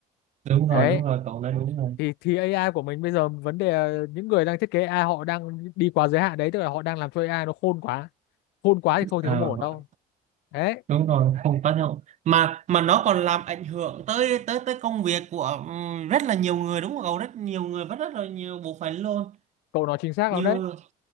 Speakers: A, on the right; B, on the left.
A: đúng
B: Đấy.
A: rồi đúng rồi cậu nói đúng rồi
B: Thì thì AI của mình bây giờ vấn đề là những người đang thiết kế AI họ đang đi quá giới hạn đấy, tức là họ đang làm cho AI nó khôn quá. Khôn quá thì không thì
A: à,
B: không ổn đâu. Đấy,
A: đúng rồi không tác động mà mà nó còn làm ảnh hưởng tới tới tới công việc của ừm, rất là nhiều người đúng không cậu rất nhiều người và rất là nhiều bộ phận luôn
B: cậu nói chính xác
A: như
B: lắm đấy.